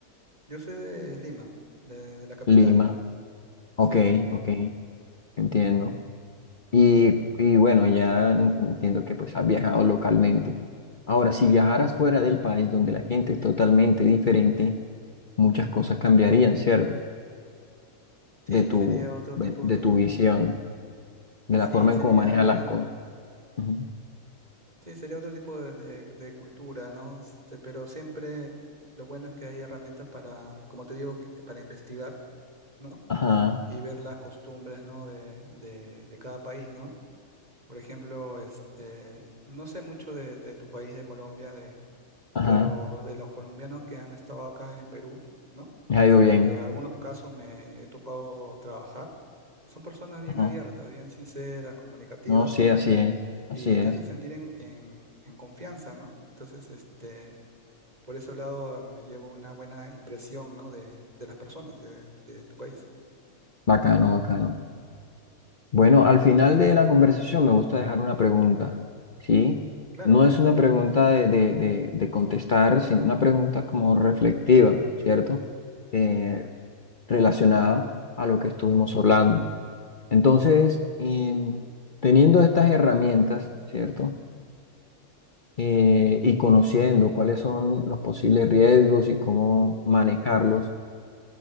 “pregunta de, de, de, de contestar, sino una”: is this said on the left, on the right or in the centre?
Left